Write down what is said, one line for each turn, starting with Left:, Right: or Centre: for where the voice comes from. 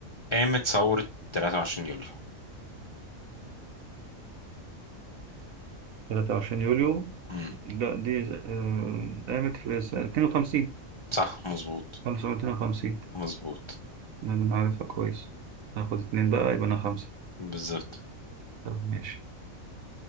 Left: قامت ثورة 23 يوليو
Right: 23 يوليو
Left: امم
Right: لا دي آه، قامت في سنة 52
Left: صح مظبوط
Right: 1952
Left: مظبوط
Right: أنا عارفها كويس هاخد اتنين بقى يبقى أنا خمسة
Left: بالظبط
Right: طب ماشي